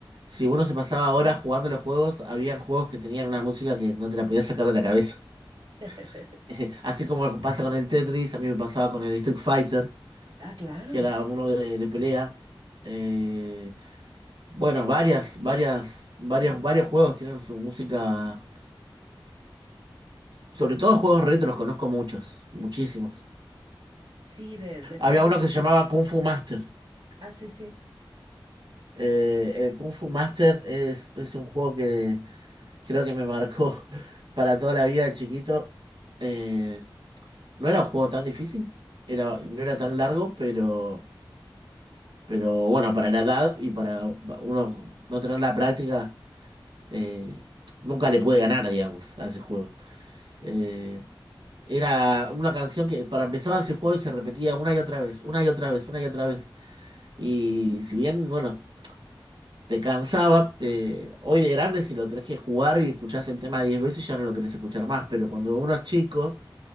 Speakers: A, on the right; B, on the right.
A: si uno se pasaba horas jugando los juegos, habían juegos que tenían una música que no te la podías sacar de la cabeza.
B: <laughs>
A: <laughs> Así como pasa con el Tetris, a mí me pasaba con el Street Fighter.
B: Ah, claro.
A: que era uno de, de pelea. Eh, bueno, varias, varias, varias, varios juegos tienen su música. Sobre todo juegos retros, conozco muchos, muchísimos.
B: Sí, de, de juegos
A: Había uno que se
B: retro.
A: llamaba Kung Fu Master.
B: Ah, sí, sí.
A: Eh, el Kung Fu Master es, es un juego que creo que me marcó <laughs> para toda la vida de chiquito. Eh, no era un juego tan difícil, era, no era tan largo, pero, pero bueno, para la edad y para uno no tener la práctica eh, nunca le pude ganar, digamos, a ese juego. Eh, era una canción que para empezar ese juego y se repetía una y otra vez, una y otra vez, una y otra vez. Y si bien, bueno, te cansaba, eh, hoy de grande si lo tenés que jugar y escuchás el tema 10 veces ya no lo querés escuchar más, pero cuando uno es chico